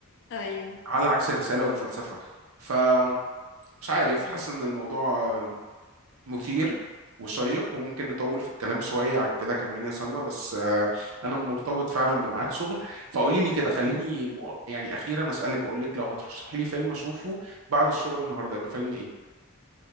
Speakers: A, on the left; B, on the right.
A: ايوه
B: على عكس الرسالة والفلسفة فمش عارف
A: أمم.
B: حاسس إن الموضوع آه، مثير وشيق وممكن نطول في الكلام شوية عن كده كمان يا سلمى بس آه، أنا مرتبط فعلا بميعاد شغل فقولي لي كده
A: أمم.
B: خليني مؤ- يعني أخيرا أسألك وأقول لك لو هترشحي لي فيلم أشوفه بعد الشغل النهاردة يبقى فيلم إيه؟